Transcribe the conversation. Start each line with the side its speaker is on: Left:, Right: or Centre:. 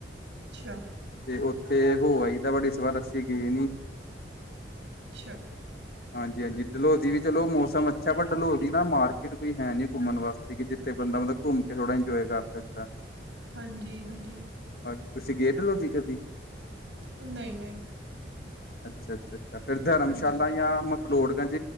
Right: ਅੱਛਾ।
Left: ਤੇ ਉੱਥੇ ਹੋ ਆਈ ਦਾ, ਇਸ ਵਾਰ ਅਸੀਂ ਗਏ ਨੀ,
Right: ਅੱਛਾ
Left: ਹਾਂਜੀ -ਹਾਂਜੀ ਡਲਹੋਜੀ ਵੀ ਚਲੋ ਮੌਸਮ ਅੱਛਾ, ਬਟ ਡਲਹੋਜੀ ਨਾ ਮਾਰਕੀਟ ਕੋਈ, ਹੈ ਨੀ ਘੁੰਮਣ ਵਾਸਤੇ ਸੀ ਕਿ ਜਿੱਥੇ ਬੰਦਾ ਮਤਲਬ ਘੁੰਮ ਕੇ, ਥੋੜਾ ਇੰਜੋਏ ਕਰ ਸਕਦਾ।
Right: ਹਾਂਜੀ -ਹਾਂਜੀ
Left: ਹਾਂਜੀ, ਤੁਸੀਂ ਗਏ ਡਲੋਹਜੀ ਕਦੀ?
Right: ਨਹੀਂ- ਨਹੀਂ,
Left: ਅੱਛਾ, ਅੱਛਾ -ਅੱਛਾ ਫਿਰ ਧਰਮਸ਼ਾਲਾ
Right: ਹਾਂਜੀ
Left: ਜਾਂ ਲੋੜਗੰਜ,